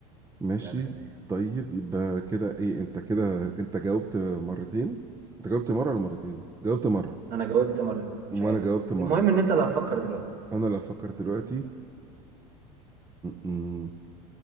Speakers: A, on the right; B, on the right.
A: ماشي
B: لا بتاعي
A: طيب يبقى كده ايه انت كده انت جاوبت مرتين انت جاوبت مره ولا مرتين جاوبت مره
B: انا جاوبت مرة مش عارف
A: وانا جاوبت مره
B: المهم ان انت اللي هتفكر دلوقتي
A: انا لو افكر دلوقتي أم...